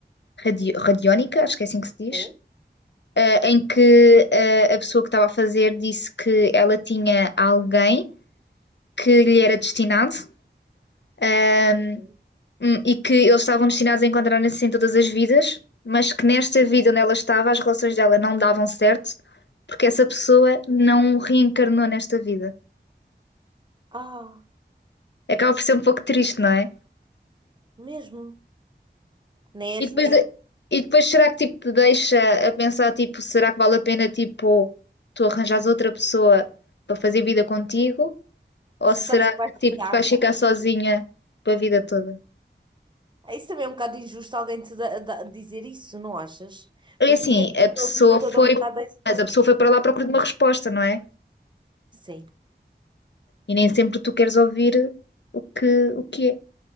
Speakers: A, on the left (about 75°); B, on the right (about 25°).
A: radio, radiónica, acho que é assim que se diz,
B: É?
A: eh, em que eh, a pessoa que estava a fazer disse que ela tinha alguém que lhe era destinado, ahm,
B: É.
A: hum, e que eles estavam destinados a encontrar-se em todas as vidas, mas que nesta vida onde ela estava as relações dela não davam certo, porque essa pessoa não reencarnou nesta vida.
B: Ah,
A: Acaba por ser um pouco triste, não é?
B: mesmo. Nem é
A: E
B: justo.
A: depois, de- e depois será que tipo te deixa a pensar tipo, será que vale a pena tipo tu arranjares outra pessoa para fazer vida contigo?
B: Se
A: Ou
B: sabes
A: será
B: que vai
A: que
B: tirar.
A: tipo vais ficar sozinha para a vida toda?
B: É, Isso também é um bocado injusto alguém te da- da- dizer isso, não achas?
A: É
B: Porque
A: assim,
B: ficas
A: a pessoa
B: com a tua vida toda
A: foi,
B: um bocado. a-
A: mas a pessoa foi para lá à procura de uma resposta, não é?
B: Sim,
A: E nem sempre tu queres ouvir o que o que é,